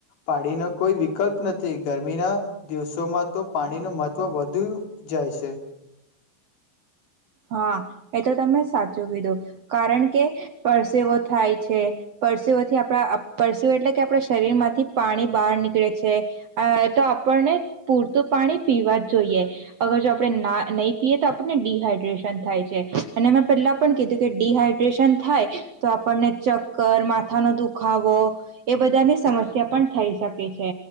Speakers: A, on the left; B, on the right.
A: પાણીનો કોઈ વિકલ્પ નથી ગરમીના દિવસોમાં તો પાણીનું મહત્ત્વ વધુ જાય છે
B: હા એ તો તમે સાચું કીધું કારણ કે પરસેવો થાય છે પરસેવથી આપણા પરસેવ એટલે કે આપણા શરીર માંથી પાણી બહાર નીકળે છે તો આપણને પૂરતું પાણી પીવા જ જોઈએ અગર જો આપણે ના નહી પીએ તો આપણને ડડીહાઈડ થાય છે અને એ પેલા પણ કીધું કે ડિહાઈડ્રેશન થાય તો આપણને ચક્કર માથાનો દુખાવો એ બધાની સમસ્યા પણ થઈ શકે છે